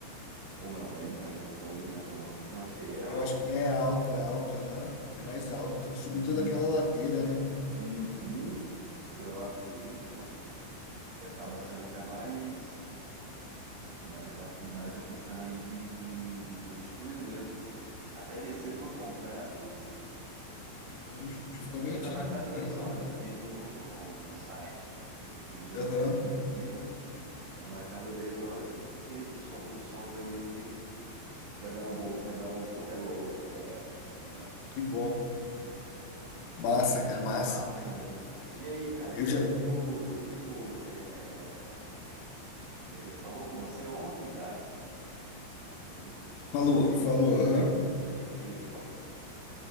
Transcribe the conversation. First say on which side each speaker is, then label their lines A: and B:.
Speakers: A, on the right; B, on the left.
A: Ou não, aí, aí, ali não é tão alto. Não, acho que aí é alto.
B: Eu acho que é alto, é alto, aham. É mais alto. Tem que subir
A: né?
B: toda
A: Uhum.
B: aquela ladeira, né?
A: Uhum. Então eu acho que aí, cara, acaba sendo até mais. Tem mais aquela, mais a questão aí de, de, de, de altitude mesmo. Então, assim, até descer por completo,
B: Sim, Justamente,
A: mas está marcado
B: né?
A: 10
B: Aham,
A: horas. Eu vi ali no, no, no site, previsão
B: aham.
A: do, tempo, do clima, está marcado 10 horas que, que o sol, o sol realmente vai dar o bom, vai dar o, o hello aí pra galera. sabe?
B: Que bom. Massa, cara, massa.
A: Massa, né? E aí, cara,
B: Eu
A: que teu
B: já.
A: primo, teu primo é, é, falou com você ontem, cara? A gente
B: Falou,
A: lá do aí.
B: falou,
A: E
B: aham.
A: daí? O que que ele falou?